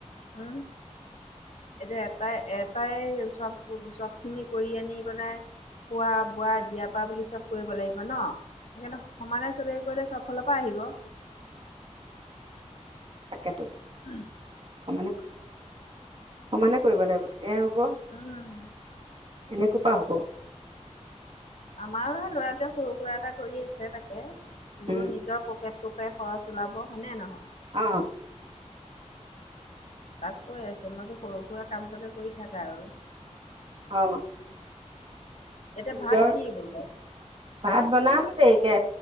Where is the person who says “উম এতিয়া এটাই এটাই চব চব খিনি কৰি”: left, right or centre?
Left